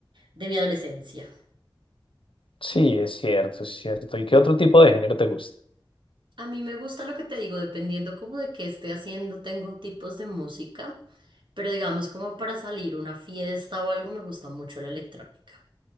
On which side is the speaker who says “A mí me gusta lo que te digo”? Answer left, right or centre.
Right